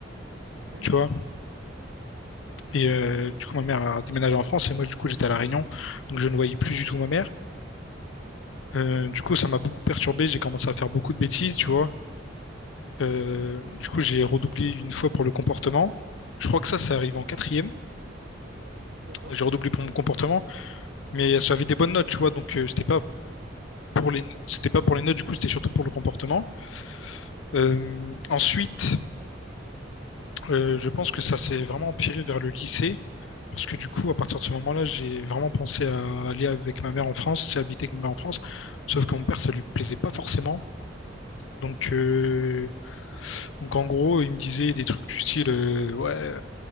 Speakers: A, on the right (about 75°); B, on the left (about 85°).
A: Ok.
B: tu vois. Et euh, du coup, ma mère a déménagé en France et moi, du coup, j'étais à La Réunion, donc je ne voyais plus du tout ma mère. Euh, du coup, ça m'a beaucoup perturbé, j'ai commencé à faire beaucoup de bêtises, tu vois. Euh,
A: Ok.
B: du coup, j'ai redoublé une fois pour le comportement. Je crois que ça, ça arrive en quatrième.
A: D'accord.
B: J'ai redoublé pour mon comportement, mais ça avait des bonnes notes, tu vois. Donc, euh, c'était pas pour les, c'était pas pour les notes, du coup, c'était surtout pour le comportement. Euh, ensuite, euh, je pense que ça s'est vraiment empiré vers le lycée. Parce que du coup, à partir de ce moment-là, j'ai vraiment pensé à aller avec ma mère en France, c'est habiter avec ma mère en France. Sauf que mon père, ça lui plaisait pas forcément. Donc, euh, donc en gros, il me disait des trucs du style euh, Ouais,